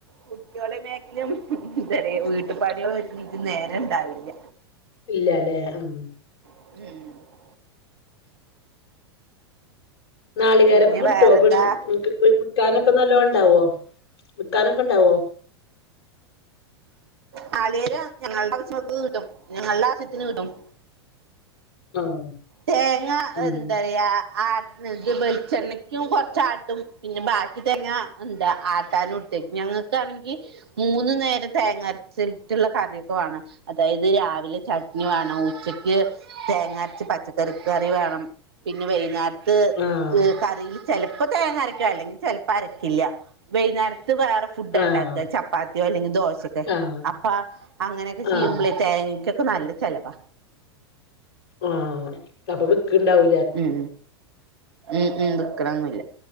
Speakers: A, on the right (about 65°); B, on the left (about 45°).
A: കുട്ട്യോളെ മേക്കലും എന്താ പറയാ വീട്ടുപാടികളും ഒഴിഞ്ഞെട്ടെനിക്ക് നേര ഇണ്ടാവില്ല
B: ഇല്ലാല്ലേ ഉം
A: ഉം
B: നാളുകേരൊക്കെ
A: പിന്നെ
B: കിട്ടുവോ
A: വേറെന്താ
B: ഇബടെന്ന് നിങ്ങക്ക് ഇ വിൽക്കാനൊക്കെ നല്ലോ ഇണ്ടാവോ വിൽക്കാനൊക്കെ ഇണ്ടാവോ
A: നാളികേരം ഞങ്ങളുടെ ആവശ്യങ്ങൾക്ക് കിട്ടും ഞങ്ങളുടെ ആവശ്യത്തിന് കിട്ടും
B: ആഹ്
A: തേങ്ങ
B: ഉം
A: എന്താ പറയാ ആട്ടണ് വെളിച്ചെണ്ണക്കും കൊറച്ചാട്ടും പിന്നെ ബാക്കി തേങ്ങ എന്താ ആട്ടാനും ഇട്ടേക്കും ഞങ്ങക്കാണെങ്കി മൂന്നു നേരം തേങ്ങരച്ചിട്ടുള്ള കറിയൊക്കെ വേണം അതായത് രാവിലെ ച വേണം ഉച്ചക്ക് തേങ്ങാരച്ച് പച്ചക്കറി വേണം പിന്നെ വൈന്നേ ത്ത്
B: ആഹ്
A: കറിയിൽ ചെലപ്പോ തേങ്ങരക്കും അല്ലെങ്കിൽ ചെ പരക്കില്ല വൈകുന്നേരത്ത് വേറെ ഫുഡാണ്ടാക്കുക
B: ആഹ്
A: ചപ്പാത്തിയോ അല്ലെങ്കിൽ ദോശ
B: ആഹ്
A: അപ്പ അങ്ങനെക്കെ ചെയ്യുമ്പോളെ
B: ആഹ്
A: തേങ്ങക്കൊക്കെ നല്ല ചെലവാ
B: ആഹ് അപ്പ വിക്കിണ്ടാവു
A: ഉം ഉം ഉം വിക്കണൊന്നില്ല